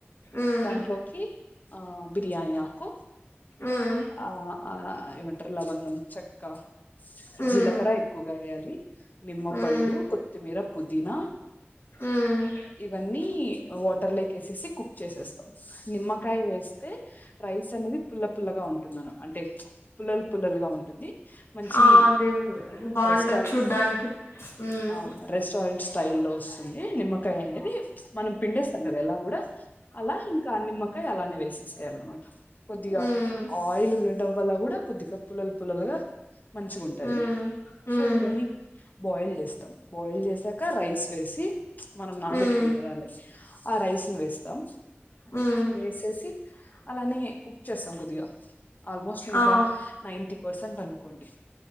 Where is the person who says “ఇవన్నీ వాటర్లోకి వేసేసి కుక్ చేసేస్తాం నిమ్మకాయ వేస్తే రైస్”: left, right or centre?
Left